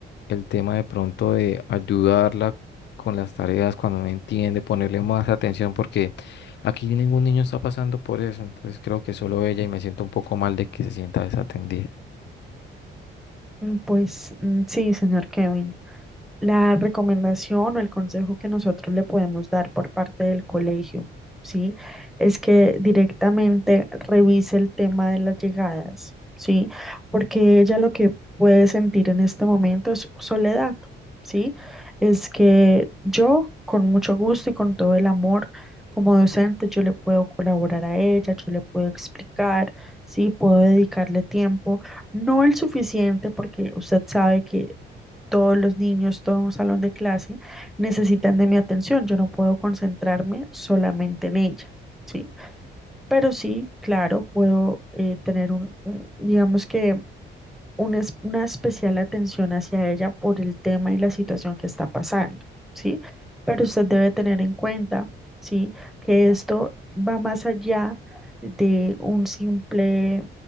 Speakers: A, on the left; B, in the centre.
A: el tema de pronto de ayudarla con las tareas cuando no entiende, ponerle más atención, porque aquí ningún niño está pasando por eso. Entonces creo que solo ella y me siento un poco mal de que se sienta desatendida.
B: Mm, Pues mm, sí, señor Kevin. la recomendación o el consejo que nosotros le podemos dar por parte del colegio, ¿sí? Es que directamente revise el tema de las llegadas, ¿sí? Porque ella lo que puede sentir en este momento es soledad, ¿sí? Es que yo, con mucho gusto y con todo el amor, como docente, yo le puedo colaborar a ella, yo le puedo explicar, ¿sí? Puedo dedicarle tiempo. No el suficiente, porque usted sabe que todos los niños, todo un salón de clase necesitan de mi atención. Yo no puedo concentrarme solamente en ella, ¿sí? Pero sí, claro, puedo eh, tener un, un- digamos que una, es- una especial atención hacia ella por el tema y la situación que está pasando, ¿sí? Pero usted debe tener en cuenta, ¿sí? Que esto va más allá de un simple